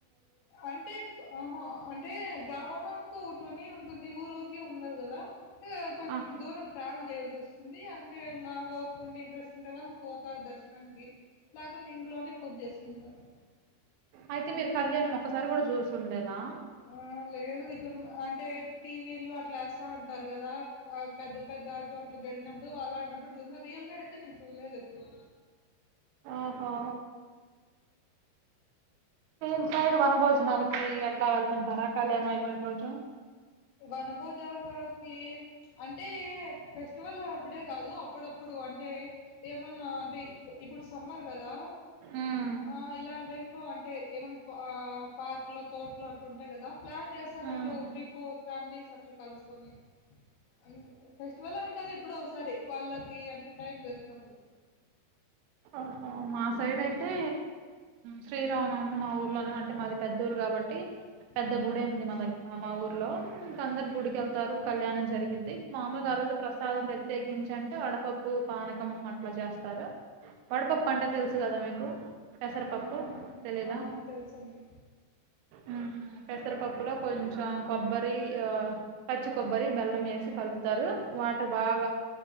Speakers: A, on the left (about 75°); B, on the right (about 85°).
A: అంటే ఆహ అం అంటే గ్రామంనుకో ఒకటునే ఉంటుంది ఊరు ఊరికి ఉండదు కదా హు కొంచెం
B: ఆ
A: దూరం ట్రావెల్ చేయాల్సి వస్తుంది ఇగ అంటే ఇంగ ఓపికుండి ఇంట్రెస్ట్ ఉండే వాళ్ళు పోతారు దర్శనానికి లేకుండా ఇంట్లోనే పూజ చేసుకుంటారు
B: అయితే మీరు కళ్యాణం ఒక్కసారి కూడా జూసుంలేదా
A: ఆ లేదు ఇట్లా అంటే టీవీలో అట్లా ఏస్తా అంటారు కదా ఆ పెద్ద పెద్ద చోట్ల జరిగినప్ ప్పుడు అలాంటప్పుడు చ రియల్ గా అయితే నేను చూడలేదు ఎప్పుడు
B: ఓహో మీ సైడ్ వన భోజనాలకి ఎట్లా వెళ్తుంటారా కళ్యాణం అయిపోయిన రోజు
A: వనభోజాలకి అంటే ఫెస్టివల్ అప్పుడే కాదు అప్పుడప్పుడు కో అంటే ఏమన్నా అంటే ఇప్పుడు సమ్మర్ కదా
B: ఉమ్
A: ఆ ఇలాంటి టైం లో అంటే ఏమైన్నా పార్కు లో తోటలు అట్ ఉంటాయి కదా ప్లాన్ చే సార్
B: ఉమ్.
A: అంటే ఓ త్రీ ఫోర్ ఫ్యామిలీస్ అట్లా కలుసుకొని అను ఫెస్టివల్ అనే కాదు ఎప్పుడో ఒకసారి వాళ్ళకి అంటే టైం దొరికినప్పుడు
B: ఆహా మా సైడ్ అయితే శ్రీరామనవమి మా ఊర్లోనే అంటే మాది పెద్ద ఊరు కాబట్టి పెద్ద
A: ఉమ్
B: గుడే ఉంది మా దగ్గర మా ఊర్లో ఇంక అందరు
A: ఉమ్
B: గుడికి వెళ్తారు కళ్యాణం జరిగిద్ది మామూలుగా ఆ రోజు ప్రసాదం ప్రత్యేకించి అంటే వడపప్పు పానకం అట్లా చేస్తారు వడపపు తెలుసు కదా మీకు పెసరపప్పు
A: ఆ
B: తెలీదా
A: ఆ తెలుసండి
B: ఉ పెసర పప్పు పులా కొంచెం కొబ్బరి ఆ పచ్చి కొబ్బరి బెల్లం వేసి కలుపుతారు వాటర్ బాగా